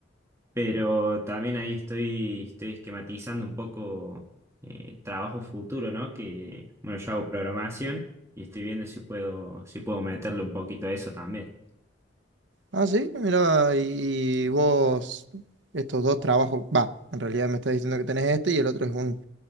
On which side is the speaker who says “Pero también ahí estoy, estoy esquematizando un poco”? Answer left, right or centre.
Right